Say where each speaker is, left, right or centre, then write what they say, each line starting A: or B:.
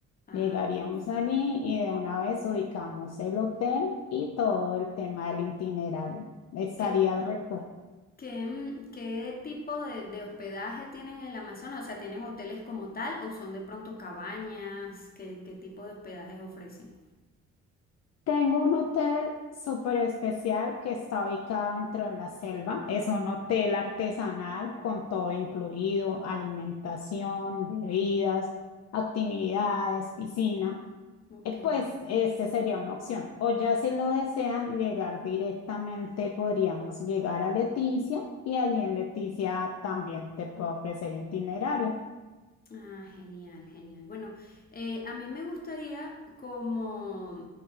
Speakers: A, on the left; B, on the left.
A: Ah,
B: Llegaríamos
A: perfecto.
B: allí y de una vez ubicamos el hotel y todo el tema del itinerario. Estarías
A: ¿Qué,
B: récord.
A: ¿Qué, mm, qué tipo de, de hospedaje tienen en el Amazonas? O sea, ¿tienen hoteles como tal o son de pronto cabañas? ¿Qué, qué tipo de hospedajes ofrecen?
B: Tengo un hotel súper especial que está ubicado dentro de la selva. Es un hotel artesanal con todo incluido, alimentación, bebidas, actividades, piscina.
A: Ok.
B: Eh, Pues este sería una opción. O ya si lo desean llegar directamente, podríamos llegar a Leticia y allí en Leticia también te puedo ofrecer itinerario.
A: Ah, genial, genial. Bueno, eh, a mí me gustaría como